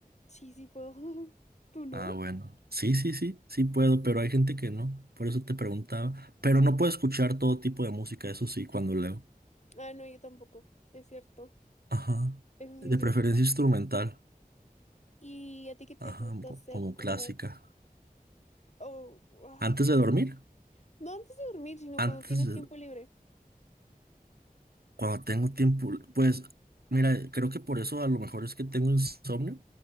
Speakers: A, on the left; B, on the right.
A: Sí, sí puedo. <laughs> ¿Tú no?
B: Ah, bueno. Sí, sí, sí, sí puedo, pero hay gente que no. Por eso te preguntaba. Pero no puedo escuchar todo tipo de música, eso sí, cuando leo.
A: Ah, no, yo tampoco. Es cierto.
B: Ajá.
A: Eso sí
B: De
A: es cierto.
B: preferencia instrumental.
A: ¿Y a ti qué te
B: Ajá,
A: gusta
B: co-
A: hacer
B: como
A: como...
B: clásica.
A: Oh, ah,
B: ¿Antes
A: sí.
B: de dormir?
A: No antes de dormir, sino
B: Antes
A: cuando tienes
B: de...
A: tiempo libre.
B: Cuando tengo tiempo, pues mira, creo que por eso a lo mejor es que tengo insomnio,